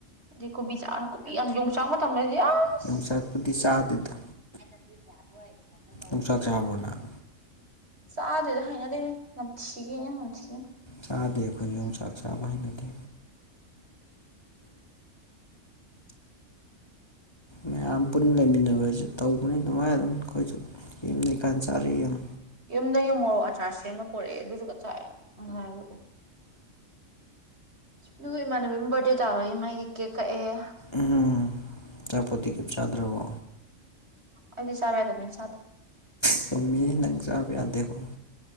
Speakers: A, on the right (about 50°); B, on the left (about 20°).
A: ꯑꯩꯗꯤ ꯀꯣꯕꯤ ꯆꯥꯅ ꯀꯣꯕꯤ ꯌꯣꯡꯆꯥꯛ ꯃꯇꯝꯗꯗꯤ ꯑꯁ
B: ꯌꯣꯡꯆꯥꯛꯄꯨꯗꯤ ꯆꯥꯗꯦꯗ
A: ꯑꯩꯅ ꯗꯤꯞ ꯌꯥꯟꯕꯣꯢ ꯀꯩꯅꯣ ꯇꯧꯌꯦ
B: ꯌꯣꯡꯆꯥꯛ
A: ꯈꯣꯠꯂꯦꯅ
B: ꯆꯥꯕ꯭ꯔꯣ ꯅꯪ
A: ꯆꯥꯗꯦꯗ ꯍꯥꯏꯅꯗꯦꯍꯦ ꯅꯝꯊꯤꯒꯦ ꯅꯝꯊꯤ
B: ꯆꯥꯗꯦ ꯑꯈꯣꯏ ꯌꯣꯡꯆꯥꯛ ꯆꯥꯕ ꯍꯩꯅꯗꯦ ꯃꯌꯥꯝ ꯄꯨꯟꯅ ꯂꯩꯃꯤꯟꯅꯕꯖꯨ ꯇꯧꯕꯅꯤ ꯑꯗꯨꯃꯥꯏꯅ ꯑꯗꯨꯝ ꯑꯈꯣꯏꯖꯨ ꯌꯨꯝ ꯂꯩꯀꯥꯟꯗ ꯆꯥꯔꯛꯥꯦ ꯌꯥꯝ
A: ꯌꯨꯝꯗꯒꯤ ꯃꯣꯔꯣꯛ ꯑꯆꯥꯔ ꯁꯦꯝꯃ ꯄꯣꯔꯛꯑꯦ ꯑꯗꯨꯗꯨꯒ ꯆꯥꯢ ꯉꯁꯥꯏꯖꯨ ꯗꯨꯒ ꯏꯃꯥꯟꯅꯕꯤ ꯑꯃ ꯕꯥꯔꯠꯗꯦ ꯇꯥꯕꯒꯤ ꯃꯥꯒꯤ ꯀꯦꯛ ꯀꯛꯑꯦ
B: ꯎꯝ ꯑꯆꯥꯄꯣꯠꯇꯤ ꯀꯩꯝ ꯆꯥꯗ꯭ꯔꯕꯣ
A: ꯑꯩꯗꯤ ꯆꯥꯕ ꯌꯥꯗꯕꯅꯤꯅ ꯆꯥꯗꯦ
B: ꯆꯨꯝꯃꯤꯅꯦ ꯅꯪ ꯆꯥꯕ ꯌꯥꯗꯦꯀꫭ